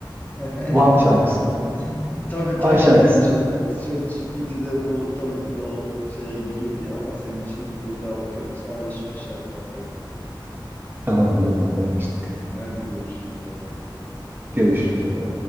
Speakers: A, on the left (about 20°); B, on the right (about 25°).
A: <laughs> Evet
B: One şarkısını.
A: Tamam. Tabii
B: One
A: tabii
B: şarkısının
A: ki bu ç- şey GPT'de bu tabii ki de o şeye girdi ama senin için bir kez daha bakıyorum. Sana da şimdi şarkı atıyorum.
B: tamamdır o zaman anlaştık.
A: <laughs> Hadi görüşürüz baba.
B: Görüşürüz abi.